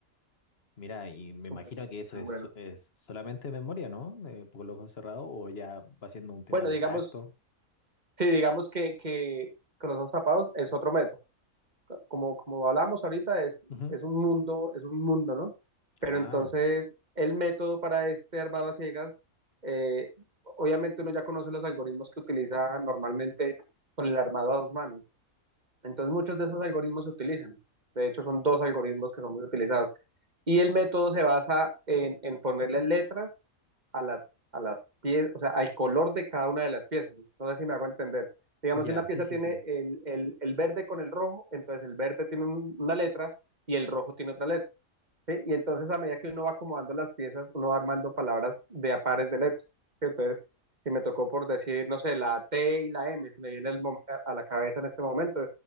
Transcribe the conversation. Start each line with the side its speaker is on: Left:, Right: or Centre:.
Left: Mira, y me
Right: súper,
Left: imagino que
Right: súper
Left: eso es,
Right: bueno.
Left: es solamente memoria, ¿no? Eh, con los ojos cerrados, o ya va siendo un tema
Right: Bueno,
Left: de
Right: digamos,
Left: tacto.
Right: sí, digamos que, que con los ojos tapados es otro método como, como hablábamos ahorita, es,
Left: Ujú,
Right: es un mundo, es un mundo, ¿no? Pero
Left: Claro,
Right: entonces el método para este armado a ciegas, eh, obviamente uno ya conoce los algoritmos que utiliza normalmente con el armado a dos manos. Entonces muchos de esos algoritmos se utilizan. De hecho, son dos algoritmos que son muy utilizados. Y el método se basa en, en ponerle letras a las, a las piezas, o sea, al color de cada una de las piezas. No sé si me hago entender. Digamos,
Left: ya,
Right: si una pieza
Left: sí, sí,
Right: tiene
Left: sí.
Right: el, el, el verde con el rojo, entonces el verde tiene un- una letra y el rojo tiene otra letra, ¿sí? Y entonces a medida que uno va acomodando las piezas, uno va armando palabras de a pares de letras, ¿sí? Entonces, si me tocó por decir, no sé, la T y la M, se me viene el mom- a a la cabeza en este momento,